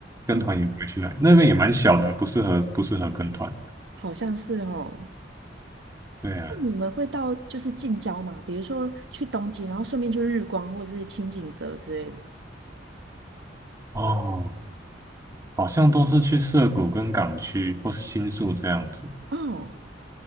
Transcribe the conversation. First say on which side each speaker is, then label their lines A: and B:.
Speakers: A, on the right; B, on the right.
A: 跟团也不会去那里，
B: 嗯，
A: 那边也蛮小的，不适合不适合跟团。
B: 好像是哦。
A: 对啊，
B: 那你们会到就是近郊吗？比如说去东京，然后顺便去日光或是清景泽之类的。
A: 哦，好像都是去涩谷跟港区或是新宿这样子。
B: 哦